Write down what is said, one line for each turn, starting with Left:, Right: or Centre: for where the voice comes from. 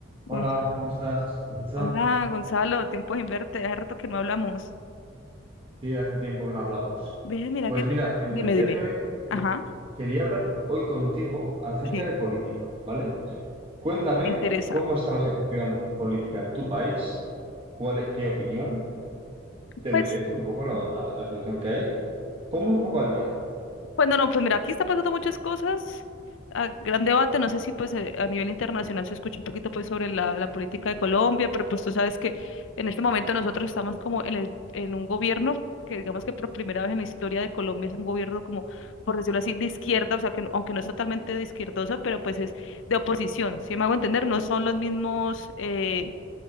Right: Hola,
Left: Gon-
Right: ¿cómo estás? Itza?
Left: Hola, Gonzalo, tiempo sin verte, hace rato que no hablamos.
Right: Sí, hace tiempo que no hablamos.
Left: Ve, mira
Right: Pues
Left: que
Right: mira,
Left: te-
Right: en
Left: Dime,
Right: el día
Left: dime.
Right: de hoy
Left: Ajá,
Right: sí, quería hablar hoy contigo acerca
Left: sí,
Right: de política, ¿vale? Cuéntame
Left: me interesa.
Right: cómo está la situación política en tu país, cuál, e, qué opinión te
Left: Pues
Right: merece un poco la, la- la situación que hay. Ponme un poco al día.
Left: Bueno, no, pues mira, aquí está pasando muchas cosas. ah, gran debate, no sé si pues eh, a nivel internacional se escucha un poquito pues sobre la, la política de Colombia, pero pues tú sabes que en este momento nosotros estamos como en, el- en un gobierno que digamos que por primera vez en la historia de Colombia es un gobierno como, por decirlo así, de izquierda, o sea, que no, aunque no es totalmente de izquierdosa, pero pues es de oposición, si me hago entender, no son los mismos eh,